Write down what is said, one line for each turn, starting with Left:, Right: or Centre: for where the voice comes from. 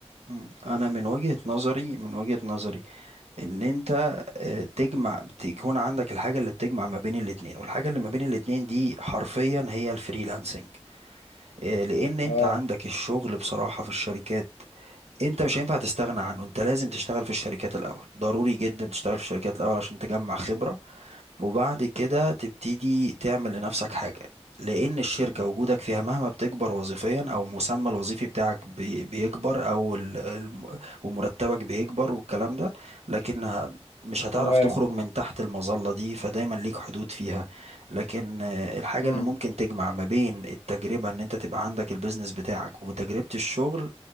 Right: مم. انا من وجهة نظري من وجهة نظري ان انت آه، تجمع تكون عندك الحاجة اللي بتجمع ما بين الاتنين والحاجة اللي ما بين الاتنين دي حرفيا هي الفريلانسنج آه، لان انت
Left: اه
Right: عندك الشغل بصراحة في الشركات انت مش هينفع تستغنى عنه انت لازم تشتغل في الشركات الاول ضروري جدا تشتغل في الشركات الاول عشان تجمع خبرة وبعد كده تبتدي تعمل لنفسك حاجة لأن الشركة وجودك فيها مهما بتكبر وظيفيا أو المسمى الوظيفي بتاعك بي- بيكبر أو ال- الم- ومرتبك بيكبر والكلام ده لكن ه- مش هتعرف
Left: تمام
Right: تخرج من تحت المظلة دي فدايما ليك حدود فيها لكن آه، الحاجة
Left: امم
Right: اللي ممكن تجمع ما بين التجربة ان انت تبقى عندك البيزنس بتاعك وتجربة الشغل